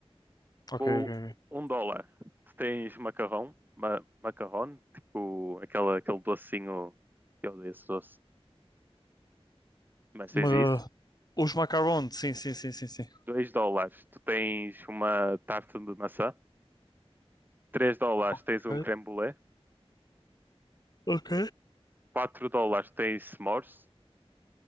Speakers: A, on the left; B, on the right.
A: Ok,
B: Com
A: ok, ok.
B: um dólar, tu tens macarrão, ma macarrão, tipo aquela, aquele docinho, eu odeio esse doce, mas tens
A: Uma-
B: isso.
A: Os macarons, sim, sim, sim, sim, sim.
B: Dois dólares, tu tens uma tarta de maçã. Três dólares,
A: Ok,
B: tens um creme brulee.
A: ok,
B: Quatro dólares, tens s'mores.